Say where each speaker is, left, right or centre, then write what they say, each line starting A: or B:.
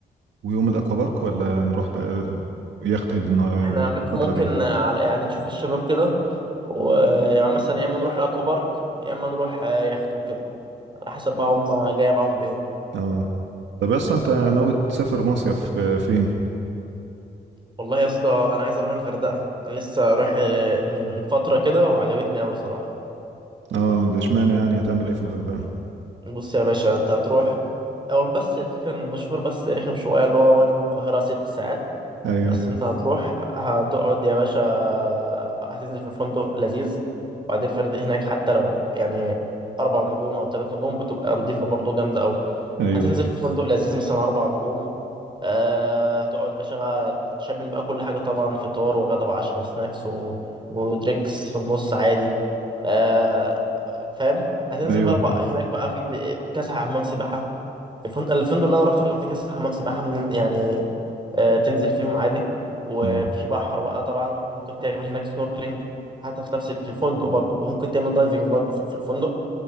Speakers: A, on the right; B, on the right.
A: ويوم الاكوا بارك ولا نروح بقى ال- يخت النا-
B: احنا
A: الفتره
B: م- ممكن
A: دي
B: على يعني نشوف الشباب كده ويعني مثلا يا إما نروح الأكوا بارك يا إما نروح آه، يخت وكده على حسب بقى هم جاية معاهم بإيه
A: اه طب اصلا انت ناوي تسافر مصيف آه، فين
B: والله يا اسطى انا عايز اروح الغردقه انا لسه رايح آه، من فتره كده وعجبتني قوي صراحه
A: اه ده اشمعنى يعني هتعمل ايه في الغردقه
B: بص يا باشا انت هتروح اول بس الفكره ان المشوار بس رخم شويه اللي هو وانا من القاهره ست ساعات
A: ايوه
B: بس انت هتروح هتقعد يا باشا هتنزل في فندق لذيذ وبعدين الفنادق هناك حتى لو يعني اربع نجوم او ثلاث نجوم بتبقى نظيفه برضو جامده قوي
A: ايوه
B: هتنزل في فندق لذيذ مثلا اربع نجوم آه، هتقعد يا باشا بقى تشمل بقى كل حاجة طبعا فطار وغدا وعشاء وسناكس و... ودرينكس في النص عادي آه، فاهم هتنزل
A: ايوه
B: بقى بقى هناك بقى في في كذا حمام سباحة الفن- الفندق اللي أنا روحته كان فيه كذا حمام سباحة من... يعني آه، تنزل فيهم عادي وفي
A: آه،
B: بحر بقى طبعا ممكن تعمل هناك سنوركلينج حتى في نفس في الفندق برضو وممكن تعمل دايفنج برضو في في الفندق